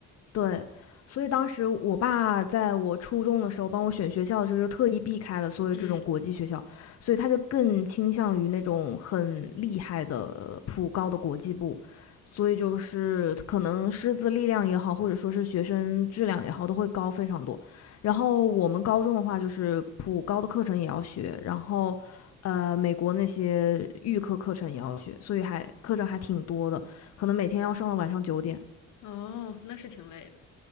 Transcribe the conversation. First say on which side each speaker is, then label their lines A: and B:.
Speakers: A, on the left; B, on the left.
A: 对，所以当时我爸在我初中的时候帮我选学校的时候，就特意避开了所有这种国际学校，
B: 嗯，
A: 所以他就更倾向于那种很厉害的普高的国际部，所以就是可能师资力量也好，或者说是学生质量也好，都会高非常多。然后我们高中的话，就是普高的课程也要学，然后呃，美国那些预科课程也要学，所以还课程还挺多的，可能每天要上到晚上九点。
B: 哦，那是挺累的。